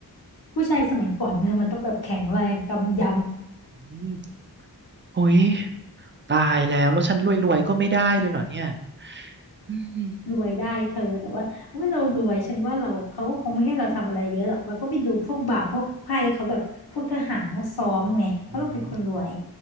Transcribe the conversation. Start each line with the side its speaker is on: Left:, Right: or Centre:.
Left: ผู้ชายสมัยก่อนเธอมันต้องแบบแข็งแรงกำย
Right: อืมเฮ้ยตายแล้วแล้วฉันรวยๆก็ไม่ได้เลยเหรอเนี่ยอืม
Left: รวยได้เธอแต่ว่าอุ้ยเรารวยฉันว่าเราเขาก็คงไม่ให้เราทำอะไรเยอะหรอกเราก็ไปดูพวกบ่าวพวกไพ่เขาแบบพวกทหารเขาซ้อมไงเพราะเราเป็นคนรวย
Right: อืม